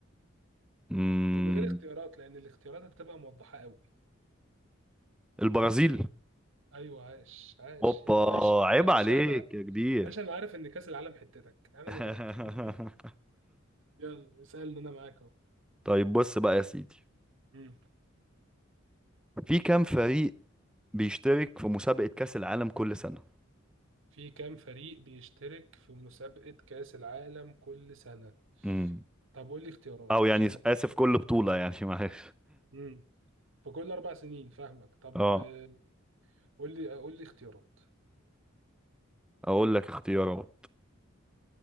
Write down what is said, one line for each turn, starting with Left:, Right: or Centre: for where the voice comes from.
Centre: امم
Right: ومن غير اختيارات لأن الاختيارات هتبقى موضحة قوي
Centre: البرازيل
Right: أيوه عاش عاش
Centre: اوبا
Right: يا باشا
Centre: عيب
Right: يا باشا
Centre: عليك
Right: أنا
Centre: يا كبير
Right: باشا أنا عارف إن كأس العالم حتتك أنا
Centre: <laughs>
Right: متأكد <laughs> يلا اسألني أنا معاك أهو
Centre: طيب بص بقى يا سيدي
Right: مم.
Centre: في كام فريق بيشترك في مسابقة كأس العالم كل سنة
Right: في كام فريق بيشترك في مسابقة كأس العالم كل سنة
Centre: امم
Right: طب قول لي اختيارات
Centre: او يعني
Right: عشان أنا
Centre: اسف كل بطولة يعني <laughs> معلش
Right: مم. في كل أربع سنين فاهمك طب
Centre: اه
Right: آه، قول لي قول لي اختيارات
Centre: اقول لك اختيارات